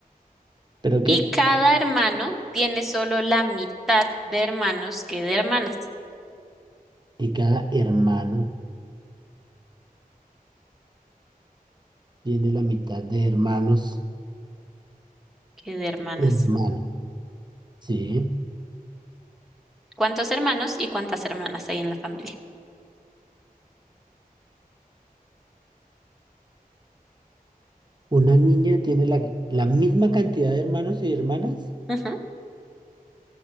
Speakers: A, on the right; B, in the centre.
A: ¿pero
B: Y
A: qué?
B: cada hermano tiene solo la mitad de hermanos que de hermanas,
A: Y cada hermano tiene la mitad de hermanos
B: que de hermanas.
A: que hermanas. Sí.
B: ¿Cuántos hermanos y cuántas hermanas hay en la familia?
A: Una niña tiene la, la misma cantidad de hermanos y hermanas.
B: Ujú.